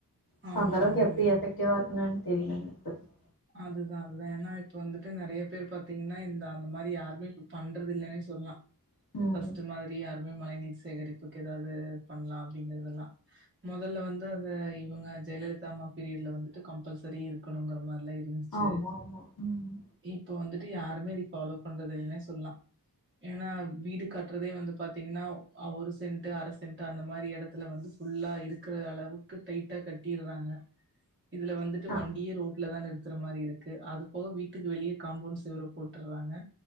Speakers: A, on the left; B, on the right.
A: சோ
B: ஆமா
A: அந்தளவுக்கு
B: ஆமாங்க
A: எப்டி எஃபக்டிவா இருக்குணு எனக்கு தெரிலங்க இப்பத்திக்
B: அதுதா அதுதா ஏனா இப்ப வந்துட்டு நறைய பேர் பாத்தீங்கன்னா இந்த அந்த மாரி யாருமே இப்ப பண்றது இல்லன்னே சொல்லா
A: ம்
B: ஃபர்ஸ்ட்டு மாதிரி யாருமே மழை நீர் சேகரிப்புக்கு எதாது பண்லா அப்டிங்கறதெல்லா மொதல்ல வந்து அத இவங்க ஜெயலலிதா அம்மா பீரியட்ல வந்துட்டு கம்பல்சரி இருக்குணுங்கற மாரிலா இருந் ருந்துச்சு
A: ஆமா ஆமா ம்
B: இப்ப வந்துட்டு யாருமே இது ஃபாலோ பண்றது இல்னே சொல்லா ஏனா வீடு கட்றதே வந்து பாத்தீங்கன்னா ஓ ஒரு சென்ட்டு அர சென்ட்டு அந்த மாரி எடத் த்துல வந்து ஃபுல்லா இருக்குற அளவுக்கு டைட்டா கட்டிர்றாங்க இதுல வந்துட்டு
A: ஆ
B: வண்டியே ரோட்ல தான இருக் க்குற மாரி இருக்கு அது போக வீட்டுக்கு வெளிய காம்பவுண்ட் செவுரு போட்டுர்றாங்க